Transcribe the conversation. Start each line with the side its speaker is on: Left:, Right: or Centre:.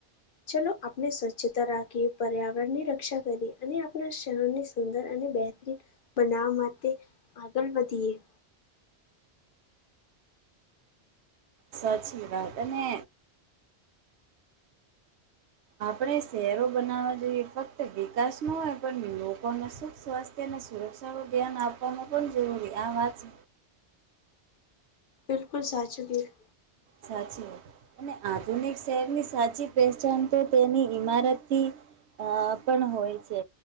Left: ચલો આપણે સ્વચ્છતા રાખીએ પર્યાવરણની રક્ષા કરીએ અને આપણા શરની સુંદર અને બતરીન બનાવા માટે આગળ વધીએ
Right: સાચી વાત અને આપણે શહેરો બનાવવા જોઈએ ફક્ત વિકાસ ન હોય પણ લોકોને સુખ સ્વાસ તેને સુરક્ષાનું ધ્યાન આપવામાં પણ જરૂરી આ વાત
Left: બિલકુલ સાચુકીએ
Right: સાચી વાત અને આધુનિક શહેરની સાચી પહેચાન તો તેની ઈમારતથી અ પણ હોય છે